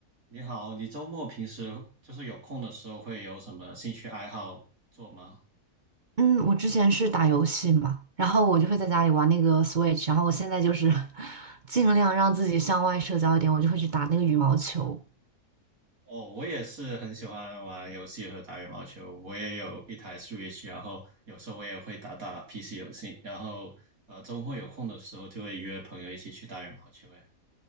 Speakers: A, on the right (about 60°); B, on the right (about 45°).
A: 你好，你周末平时就是有空的时候会有什么兴趣爱好做吗？
B: 嗯，我之前是打游戏嘛，然后我就会在家里玩那个 Switch，然后我现在就是 <laughs> 尽量让自己向外社交一点，我就会去打那个羽毛球。
A: 哦，我也是很喜欢玩游戏和打羽毛球，我也有一台 Switch，然后有时候我也会打打 PC 游戏，然后呃周末有空的时候就会约朋友一起去打羽毛球。哎，